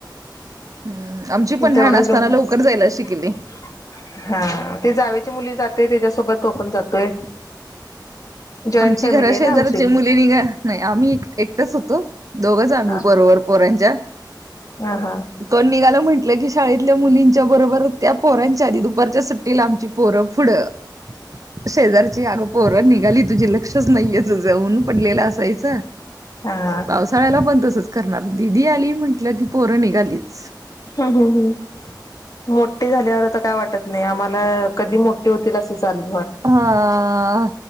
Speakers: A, on the right (about 45°); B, on the left (about 50°).
A: हम्म आमची पण लहान
B: तेवढंच
A: असताना लवकर
B: <unintelligible>
A: जायला शिकली
B: हा. ते जावेची मुली जाते त्याच्यासोबत तो पण जातोय. जॉईंट
A: आमची
B: फॅमिली
A: घरा
B: आहे
A: शेजाराचे
B: ना आमची
A: मुलीनी घ नाही आम्ही एकटच होतो दोघच आम्ही
B: हा
A: बरोबर <unintelligible>
B: हा हा हा
A: कोण निघाल की शाळेतल्या मुलींच्या बरोबर त्या पोहरांच्या आधी दुपारच्या सुट्टीला आमची पोरं पुढं शेजारची आगो पोर निघाली तुझी लक्ष नाही जाऊन पणलेला असायच
B: हा
A: पावसाळ्याला पण तसच करणार दिदी आली म्हंटलं की पोरं निघालीच
B: हम्म हम्म हम्म मोठे झाल्यावर तर काय वाटत नाही आम्हाला कधी मोठे होतील असं चाल
A: हा